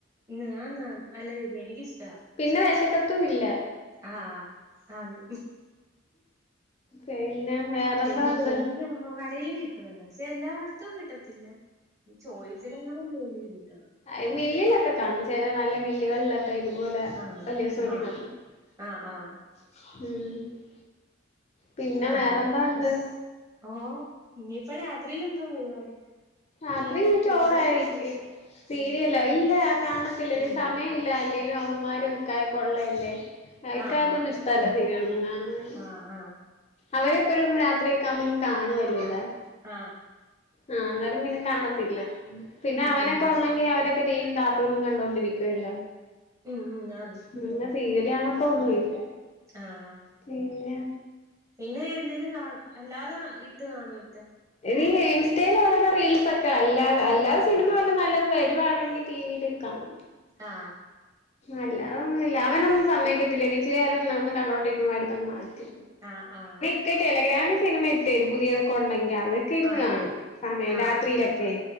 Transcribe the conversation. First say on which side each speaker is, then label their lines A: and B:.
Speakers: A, on the right; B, on the left.
A: <unintelligible> ന്ന് ആന്ന് നല്ല രുചിയാ എനിക്കിഷ്
B: പിന്നെ വെശക്കത്തും ഇല്ല
A: ആഹ് ആഹ് ആന്ന്
B: പിന്നെ വേറെന്തോ
A: <unintelligible>
B: ഉണ്ട്
A: കടയിലും കിട്ടുവല്ലോ പക്ഷെ എല്ലായിടത്തും കിട്ടത്തില്ല ചോയ്സിലും കാണാൻ പോ <unintelligible>
B: ഐ മില്ലിലൊക്കെ കാണും ചില നല്ല മില്ലുകളിലൊക്കെ ഇതുപോലെ
A: ആഹ്
B: വല്യ <unintelligible>
A: ആഹ് ആഹ് ആഹ്
B: ഉം പിന്നെ
A: അങ്ങനെ
B: വേറെന്തോ ഉണ്ട്
A: ഇസ് ആഹ് ഇനിയിപ്പ രാത്രിൽ എന്തോ പരിപാടി
B: രാത്രിന്നും
A: ടി വി സീരിയല്
B: ചോറായിക്കല്.
A: കാണോ
B: സീരിയലോ?
A: ഉം ഉം
B: ഇല്ല, കാണത്തില്ല.
A: ഉം
B: സമയല്ല ല്ല അല്ലേലും അവമാരും ഇക്കായൊക്കെള്ളല്ലേ ഇക്കാക്കൊന്നും
A: ആഹ് ആഹ്
B: ഇഷ്ടല്ല സീരിലൊന്നും കാണ് മം,
A: ആഹ് ആഹ്
B: അവരെപ്പോഴും രാത്രി ഒക്കാവുമമ്പോ കാണുവാര്ന്നല്ലോ. !
A: ആഹ്.
B: ആഹ്, അന്നേരം പിന്നെ കാണത്തില്ല. പിന്നെ
A: ഉം
B: അവനൊക്കെ
A: ഉം
B: ഒണ്ടെങ്കി അവരൊക്കെ ടി വി കാ ർട്ടൂണും കണ്ടൊണ്ടിരിക്കുവല്ലോ?
A: ഉം ഉം ആന്ന്
B: മുഴുവൻ സീരേല് കാണൊക്കൊന്നുല്ല.
A: ആഹ്
B: പിന്നെ
A: പിന്നെ എന്തേലും കാണ, അല്ലാതെ ഇട്ട് കാണോ ഇക്ക?
B: ഇല്ല്യാ ഇൻസ്റ്റേല് ഓരോരോ റീയിൽസൊക്കെ അല്ലാതെ അല്ലാതെ
A: ആഹ്
B: സിനിമ വല്ലോം നല്ലത് വരുവാണെങ്കിൽ ടി വില് ക്കാണും.
A: ആഹ്.
B: അലാതൊന്നുല്ല അവനൊന്നും സമ്മതിയ്ക്കത്തില്ല ഇച്ചിരിനേരൊന്ന് നമ്മ കണ്ടോണ്ടിരിക്കുമ്പോ എട്ത്തങ് മാറ്റും.
A: അഹ്, ആഹ്.
B: ഇക്ക ടെലിഗ്രാമി സിനിമ ഇട്ടരും പുതിയതൊക്കൊണ്ടെങ്കി അത് ക്ക ഇരുന്ന്
A: ആഹ്
B: കാണും.
A: ആഹ്
B: സമയം
A: ആഹ്
B: രാത്രിയിലൊക്കെ.